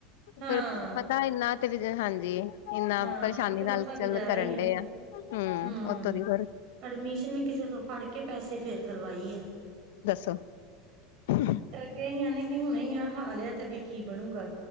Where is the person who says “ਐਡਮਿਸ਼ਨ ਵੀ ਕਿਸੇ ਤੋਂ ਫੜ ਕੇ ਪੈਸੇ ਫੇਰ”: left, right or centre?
Right